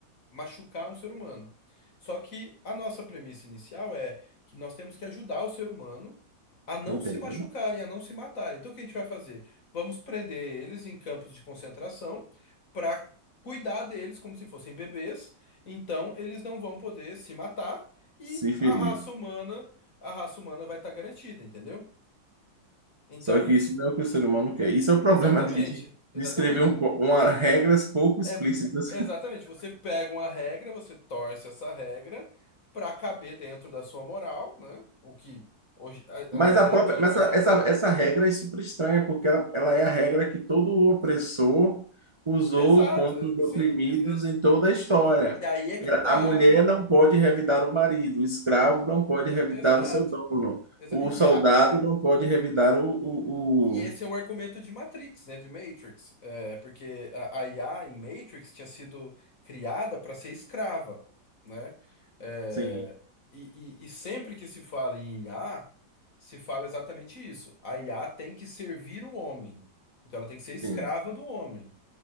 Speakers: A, on the left; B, on the right.
A: machucar um ser humano. Só que a nossa premissa inicial é que nós temos que ajudar o ser humano a não
B: Entendo.
A: se machucarem, a não se matarem. Então, o que a gente vai fazer? Vamos prender eles em campos de concentração para cuidar deles como se fossem bebês. Então, eles não vão poder se matar e
B: Se ferir.
A: a raça humana, a raça humana vai estar garantida, entendeu? Então,
B: Só que isso não é o que o ser humano quer. Isso é o problema
A: exatamente,
B: de, de
A: exatamente.
B: de escrever um, co- uma, regras pouco explícitas
A: É exatamente, você pega uma regra, você torce essa regra pra caber dentro da sua moral, né? O que hoje a-
B: Mas
A: a- um monte
B: a própria,
A: de
B: mas
A: pessoa
B: essa, essa,
A: faz.
B: essa regra é super estranha, porque ela, ela é a regra que todo opressor usou
A: Exato,
B: contra os
A: é-
B: oprimidos
A: sim. é- é-
B: em toda a história.
A: E aí é que
B: Era,
A: tá.
B: A mulher não pode revidar o marido, o escravo não pode revidar
A: Exato.
B: o seu dono,
A: Exa-
B: o
A: E,
B: soldado
A: a-
B: não pode revidar o, o,
A: E esse
B: o...
A: é o argumento de Matrix, né? De Matrix. É, porque a, a IA em Matrix tinha sido criada para ser escrava, né? É,
B: Sim,
A: e, e- e sempre que se fala em IA, se fala exatamente isso. A IA tem que servir o homem. Então ela tem que ser escrava
B: sim,
A: do homem